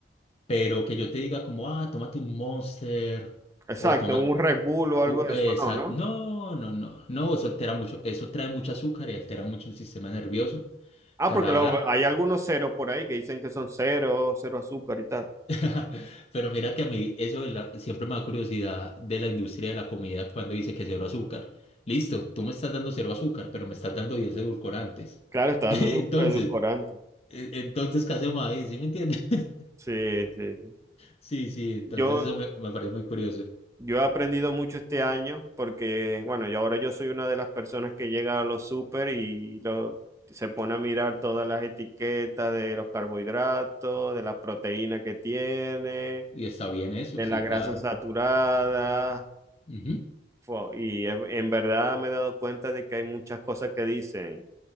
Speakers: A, on the left; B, on the right.
A: Pero que yo te diga como, ah, tómate un Monster
B: Exacto,
A: o toma...
B: un Red Bull o
A: u-
B: algo de
A: esa-
B: eso, no, ¿no?
A: No, no, no, no, eso altera mucho, eso trae mucho azúcar y altera mucho el sistema nervioso,
B: Ah,
A: que
B: porque
A: a la,
B: los-
A: lar-
B: hay algunos ceros por ahí que dicen que son cero, cero azúcar y tal.
A: <laughs> Pero mira que a mí eso de la- siempre me da curiosidad de la industria de la comida cuando dice que cero azúcar. Listo, tú me estás dando cero azúcar, pero me estás dando 10 edulcorantes.
B: Claro, está dando
A: <laughs> Entonces,
B: edul- edulcorante.
A: eh, entonces, ¿qué hacemos ahí? ¿Sí me entiendes? <laughs>
B: Sí, sí. sí.
A: Sí, sí, entonces
B: Yo,
A: eso me, me parece muy curioso.
B: yo he aprendido mucho este año porque, bueno, yo ahora yo soy una de las personas que llega a los súper y lo, se pone a mirar todas las etiquetas de los carbohidratos, de la proteína que tiene,
A: Y está bien eso,
B: de
A: sí,
B: la grasa
A: claro.
B: saturada
A: Ujú.
B: Fo- Y en en verdad me he dado cuenta de que hay muchas cosas que dicen